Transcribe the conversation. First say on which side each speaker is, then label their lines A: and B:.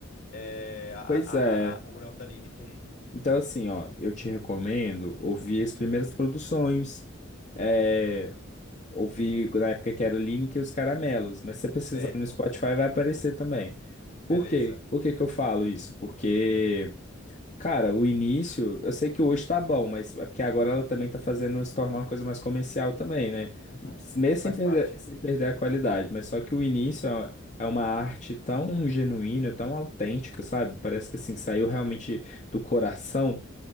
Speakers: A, on the left; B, on the left.
A: É, a,
B: Pois
A: a,
B: é.
A: a, a- o negócio da Lineker.
B: Então, assim, ó, eu te recomendo ouvir as primeiras produções. É, ouvir na época que era Lineker e os Caramelos. Mas se você precisar
A: Certo.
B: no Spotify, vai aparecer também.
A: Beleza.
B: Por quê? Por que que eu falo isso? Porque. Cara, o início, eu sei que hoje tá bom, mas é porque agora ela também tá fazendo se tornar uma coisa mais comercial também, né?
A: Uhum.
B: Mesmo sem
A: Faz
B: perder,
A: parte.
B: sem perder a qualidade, mas só que o início é uma é uma arte tão genuína, tão autêntica, sabe? Parece que assim, saiu realmente do coração.